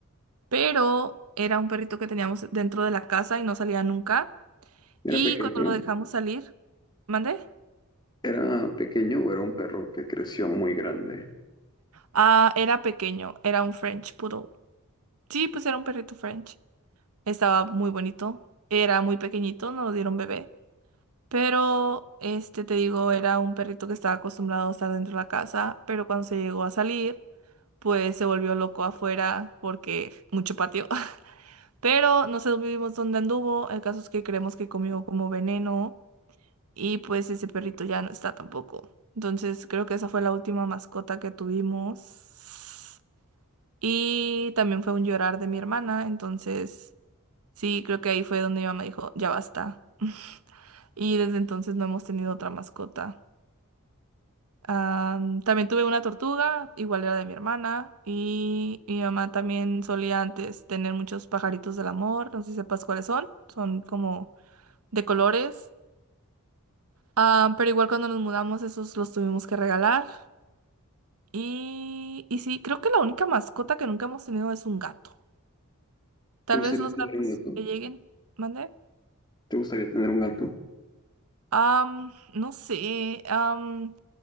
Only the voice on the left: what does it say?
¿Era
pequeño?
¿Era pequeño o era un perro que creció muy grande?
¿Te gustaría
tener
un gato?
¿Te gustaría tener un gato?